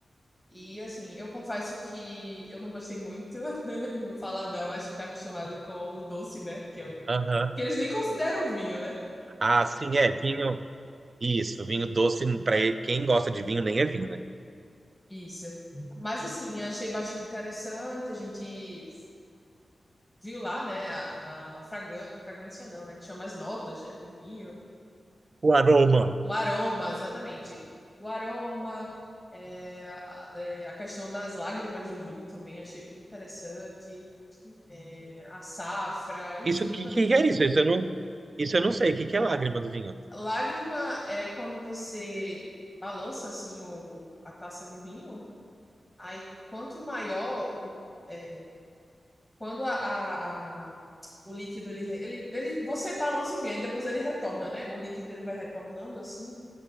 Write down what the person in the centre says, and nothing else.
e, assim, eu confesso que eu não gostei muito. <laughs> Meu paladão acho que tá acostumado com o doce, né? Que, é o-
que eles nem consideram vinho, né?
Isso. Mas, assim, achei bastante interessante. A gente viu lá, né, a, a fragrân- fragrância, não, né? Que chama as notas, né, do vinho.
O aroma, exatamente. O aroma, é, a, é, a questão das lágrimas do vinho também achei bem interessante. é, a safra, enfim.
Lágrima é quando você balança assim o, o- a taça de vinho. Aí quanto maior, o- é, quando a, a- a- o líquido ele, ele, ele você balança o vinho, aí depois ele retorna, né? O líquido ele vai retornando assim.